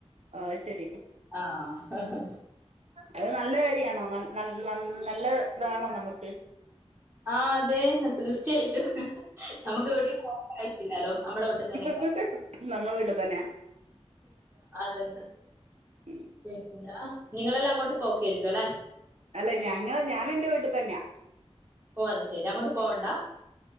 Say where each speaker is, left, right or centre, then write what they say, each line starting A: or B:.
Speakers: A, on the right; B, on the right.
A: ഓ അത് ശരി
B: ആഹ്
A: അത് നല്ല കാര്യയാണോ നന്ന നല്ല ഇതാണോ നമ്മുക്ക്
B: ആ അതെ തീർച്ചയായിട്ടും നമ്മുക്ക് എവിടെ പോകണ്ട ആവശ്യല്ലാലോ നമ്മളെ വീട്ടിൽ തന്നെ നിക്കാം.
A: <unintelligible> നമ്മുടെ വീട്ടിൽ തന്നെയാ
B: അതെന്നെ
A: ഉം.
B: പിന്നെ നിങ്ങളെല്ലാം അങ്ങോട്ട് പോക്കായിരിക്കും അല്ലെ
A: അല്ല ഞങ്ങള് ഞാനെന്റെ വീട്ടിൽ തന്നെയാ
B: ഓ അത് ശെരി അങ്ങോട്ട് പോവണ്ടാ